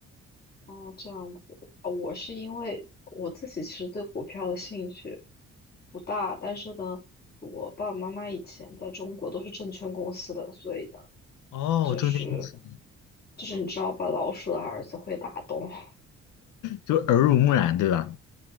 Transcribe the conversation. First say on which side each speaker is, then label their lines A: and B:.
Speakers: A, on the left; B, on the left.
A: 哦，这样子，呃我是因为我自己其实对股票的兴趣不大，但是呢，我爸爸妈妈以前在中国都是证券公司的，所以呢，
B: 哦，
A: 就是
B: 证券公司。
A: 就是你知道把老鼠的儿子会打洞。<laughs>
B: 就耳濡目染，对吧？